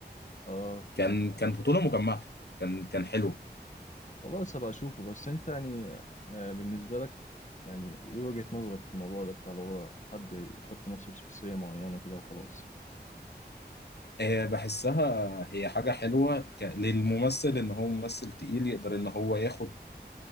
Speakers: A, on the left; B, on the left.
A: اه فهمت
B: كان كان بطولة مجمعة كان كان حلو
A: خلاص هبقى اشوفه بس انت يعني آه، بالنسبة لك يعني ايه وجهة نظرك في الموضوع ده بتاع اللي هو حد يحط نفسه في شخصية معينة كده وخلاص
B: آه، بحسها هي حاجة حلوة ك- للممثل ان هو ممثل تقيل يقدر ان هو ياخد